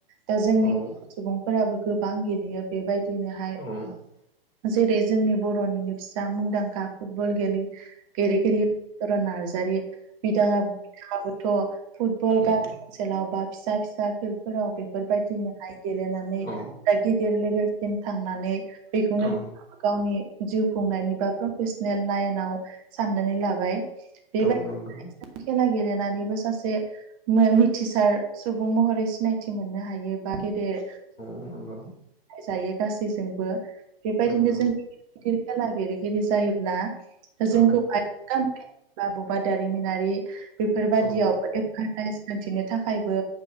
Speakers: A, on the right (about 35°); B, on the left (about 85°).
A: दा जोंनि
B: औ
A: सुबुं फोराबो गोबां गेलेयो बेबायदिनोहाय
B: औ
A: जेरै जोंनि बर'निनो फिसा मुंदांखा फुटबल गेले- गेरेगिरि सरन नार्जारि बिदाङा- बिथाङाबोथ' फुटबल
B: औ
A: गा
B: औ
A: ओनसोलाव बा फिसा फिसा फिल्डफोराव बेफोरबायदिनोहाय गेलेनानै
B: औ
A: दा गिदिर लेभेल सिम थांनानै बेखौनो
B: औ
A: बिथाङा गावनि जिउ खुंनायनि बा प्रफेसनेल लाइनाव साननानै लाबाय। बेबायदि
B: औ नोंगौ।
A: खेला गेलेनानैबो सासे मो मिथिसार सुबुं महरै सिनायथि मोननो हायो बा गेदेर
B: <unintelligible>
A: नाय‌ जायो गासैजोंबो बेबायदिनो
B: नंगौ
A: जों गि खेला गेलेगिरि जायोब्ला जोंखौ
B: औ
A: <unintelligible> बा बबा दारिमिनारि बेफोरबायदियाव
B: औ
A: एडभारटाइस खिन्थिनो थाखायबो